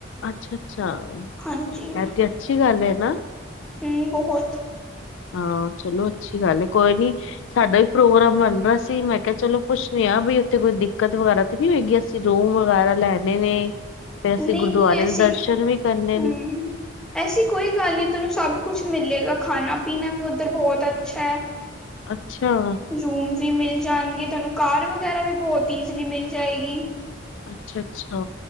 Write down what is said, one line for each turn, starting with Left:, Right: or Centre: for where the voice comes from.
Left: ਅੱਛਾ-ਅਛਾ
Centre: ਹਾਂਜੀ
Left: ਐ ਤੇ ਅੱਛੀ ਗੱਲ ਏ ਨਾ
Centre: ਠੀਕੇ ਫਿਟ
Left: ਹਾਂ ਚਲੋ ਅੱਛੀ ਗੱਲ ਏ ਕੋਈ ਨੀ ਸਾਡਾ ਈ ਪ੍ਰੋਗਰਾਮ ਬਣ ਰਿਆ ਸੀ ਮੈਂ ਕਿਹਾ ਚਲੋ ਪੁੱਛਨੀ ਆ ਬਈ ਏਥੇ ਕੋਈ ਦਿੱਕਤ ਵਗੈਰਾ ਨੀ ਹੋਏਗੀ ਅਸੀਂ ਰੂਮ ਵਗੈਰਾ ਲੈਣੇ ਨੇ ਫੇਰ ਅਸੀਂ
Centre: ਨਹੀਂ
Left: ਗੁਰਦੁਆਰੇ
Centre: ਨਹੀਂ ਐਸੀ
Left: ਦੇ ਦਰਸ਼ਨ ਵੀ ਕਰਨੇ
Centre: ਹੂੰ
Left: ਨੇ
Centre: ਐਸੀ ਕੋਈ ਗੱਲ ਨੀ ਤੇਨੂੰ ਸਭ ਕੁਛ ਮਿਲੇਗਾ ਖਾਣਾ- ਪੀਣਾ ਵੀ ਔਧਰ ਬੋਤ ਅੱਛੈ
Left: ਅੱਛਾ <unintelligible>
Centre: ਰੂਮ ਵੀ ਮਿਲ ਜਾਣਗੇ ਤਾਨੂੰ ਕਾਰ ਵਗੈਰਾ ਵੀ ਬੋਤ ਈਜ਼ਲੀ ਮਿਲ ਜਾਏਗੀ।
Left: ਅੱਛਾ -ਅੱਛਾ।